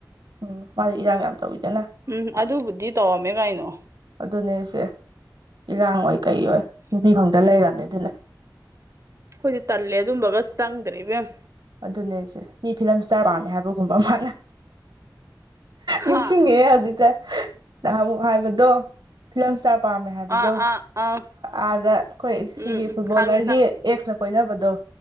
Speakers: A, on the right; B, on the right.
A: ꯎꯝ ꯃꯥꯗꯤ ꯏꯔꯥꯡ ꯌꯥꯝ ꯇꯧꯋꯤꯗꯅ
B: ꯎꯝ ꯑꯗꯨꯕꯨꯗꯤ ꯇꯧꯔꯝꯃꯦ ꯀꯥꯏꯅꯣ
A: ꯑꯗꯨꯅꯦ ꯑꯩꯁꯦ ꯏꯔꯥꯡ ꯑꯣꯏ ꯀꯩ ꯑꯣꯏ ꯅꯨꯄꯤ ꯐꯪꯗ ꯂꯩꯔꯕꯝꯅꯦ ꯑꯗꯨꯅꯦ
B: ꯑꯩꯈꯣꯏꯗꯤ ꯇꯜꯂꯦ ꯑꯗꯨꯝꯕꯒ ꯆꯪꯗ꯭ꯔꯦ ꯏꯕꯦꯝ
A: ꯑꯗꯨꯅꯦꯁꯦ ꯃꯤ ꯐꯤꯂꯝ ꯏꯁꯇꯥꯔ ꯄꯥꯝꯃꯦ ꯍꯥꯏꯕꯒꯨꯝꯕ ꯃꯥꯅ
B: ꯍꯥ
A: ꯅꯤꯡꯁꯤꯡꯉꯑꯦ ꯍꯧꯖꯤꯛꯁꯦ ꯅꯍꯥꯟ ꯑꯃꯨꯛ ꯍꯥꯏꯕꯗꯣ ꯐꯤꯂꯝꯁꯥ ꯄꯥꯝꯃꯦ ꯍꯥꯏꯕꯗꯣ
B: ꯑꯥ ꯑꯥ ꯑꯥ
A: ꯑꯥꯗ ꯑꯩꯈꯣꯏ ꯁꯤꯒꯤ
B: ꯎꯝ ꯎꯝ
A: ꯐꯨꯠꯕꯣꯂꯔꯒꯤ
B: ꯈꯥꯡꯉꯦ ꯈꯥꯡꯉꯦ
A: ꯑꯦꯛꯁꯅ ꯀꯣꯏꯅꯕꯗꯣ